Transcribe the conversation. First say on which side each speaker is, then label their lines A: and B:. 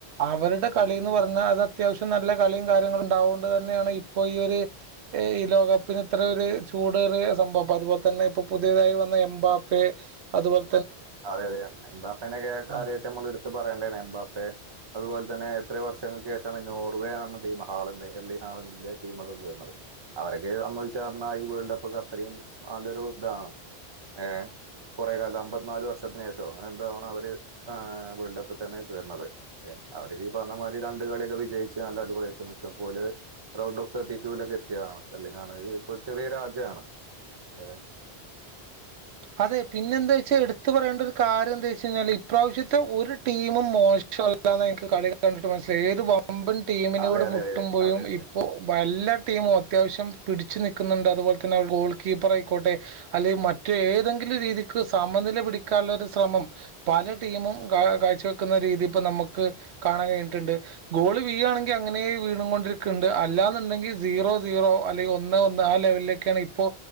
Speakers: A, on the right (about 80°); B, on the right (about 30°).
A: അവരുടെ കളീന്ന്
B: ഉം ഉം.
A: ന്ന് പറഞ്ഞാ അത് അത്യാവശ്യം നല്ല കളിയും കാര്യങ്ങളും ഉണ്ടാവോകൊണ്ട് തന്നെയാണ് ഇപ്പോ ഈ ഒര് ഈ ലോകകപ്പിന് ഇത്രൊ ഒരു ചൂടേറിയ സംഭവം അപ്പ അതുപോലെ തന്നെ ഇപ്പൊ പുതിയതായി വന്ന എംബാപ് എ അതുപോൽ
B: അതെ അതെ എം. എംബാപ്പേനേക്കെ ഏ കാര്യായിട്ട്
A: ആ
B: നമ്മള് എടുത്ത് പറയേണ്ടേണെ എംബാപ്പെയേ അതുപോലെ തന്നെ എത്രയോ വർഷങ്ങൾക്ക് ശേഷം നോർവേ ആണ് ടീം ഹാളറ് എല്ലി ഹാളണ്ടറിന്റെ ടീമൊക്കെ കേറണത് അവരൊക്കെ നമ്മൾ ചേർന്ന ഈ വേൾഡ് കപ്പ്ക്കെ അത്രയും നല്ലൊരു ഇതാണ് ഏ് കൊറെ കാലം അമ്പത്ത്നാല് വർ ഷത്തിനേഷോ അങ്ങനെ എന്തോ ആണ് അവര് ആ വേൾഡ് കപ്പി തന്നെ കേറണത് എ അവരിക്കീ ഈ പറഞ്ഞ മാതിരി ര ണ്ട് കളീക്ക വിജയിച്ച് നല്ല അടിപൊളിയായിട്ട് നിക്കപോല പ്രൗഡോ ഫ് ദ പീപ്പിൽ എത്തിയതാണ് അല്ലെ <unintelligible> ചെറിയ രാജ്യാണ് ഏ
A: അതെ പിന്നെന്താച്ചഎട് ത്ത് പറയേണ്ട ഒരു കാര്യം എന്താച്ച് കഴിഞ്ഞാല് ഇപ്രാവശ്യത്തെ ഒരു ടീമും മോശമല്ലാന്നെനിക്ക് കളി കണ്ടിട്ട് മനസ്സ് ഏത് വമ്പൻ ടീമിനോട്
B: അതെ അതെ
A: മുട്ടുമ്പോഴും
B: അതെ അതെ അതെ
A: ഇപ്പോ വല്ല ടീമും അത്യാവശ്യം ‌ പിടിച്ചു നിക്കുന്നുണ്ട് അതുപോലെ തന്നെ അവ ഗേൾ കീപ്പർ ആയിക്കോട്ടെ അല്ലെ മ റ്റേതെങ്കിലും രീതിക്ക് സമനില പിടിക്കാനൊരു ശ്രമം പല ടീമും കാ കാഴ്ച വെക്കുന്ന രീ രീതി ഇപ്പനമുക്ക് കാണാൻ കഴിഞ്ഞിട്ട്ണ്ട് ഗോള് വീഴാണെങ്കി അങ്ങനേ വീണു കൊണ്ടിരിക്കണ്ട് അല്ലാന്ന് ണ്ടെങ്കിൽ സീറോ സീറോ അല്ലെങ്കിൽ ഒന്ന് ഒന്ന് ആ ലെവലിലേക്കാണ് ഇപ്പോ